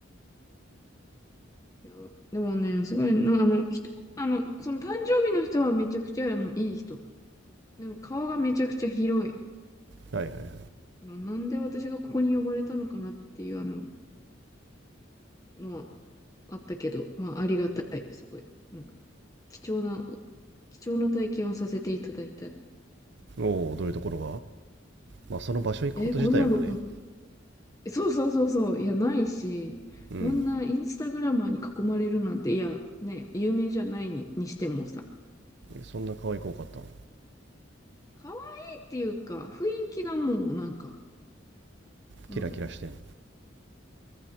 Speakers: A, on the left; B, on the right.
A: いや、でもね、すごい、なあの、人、あの、その誕生日の人はめちゃくちゃ、あの、いい人。でも顔がめちゃくちゃ広い。
B: はいはいはい
A: まあなんで私がここに呼ばれたのかなっていう、あの、のはあったけど、まあ、ありがたい。すごい。なんか、貴重な、お貴重な体験をさせていただいた。
B: おおどういうところがまあその場所行くこと自体もね
A: え、こんなろそうそうそうそう。いや、ないし、
B: うん
A: こんなインスタグラマーに囲まれるなんて、いや、ね、有名じゃないに、にしてもさ、
B: そんな可愛く多かったの
A: 可愛いっていうか、雰囲気がもうなんか、も
B: キラキラしてんの